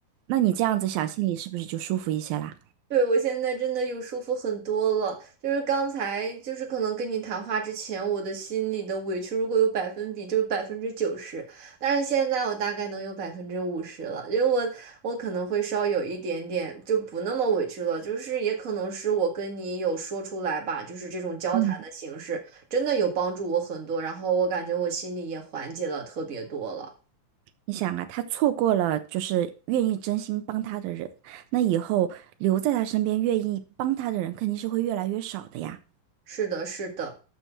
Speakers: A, on the right (about 80°); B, on the right (about 30°).
A: 那你这样子想，心里是不是就舒服一些啦？
B: 对，我现在真的有舒服很多了。就是刚才，就是可能跟你谈话之前，我的心里的委屈如果有百分比，就是百分之九十。但是现在我大概能有百分之五十了，因为我我可能会稍有一点点就不那么委屈了，就是也可能是我跟你有说出来吧，就是这种交谈的形式真的有帮助我很多，
A: 嗯，
B: 然后我感觉我心里也缓解了特别多了。
A: 你想啊，他错过了就是愿意真心帮他的人，那以后留在他身边愿意帮他的人肯定是会越来越少的呀。
B: 是的，是的。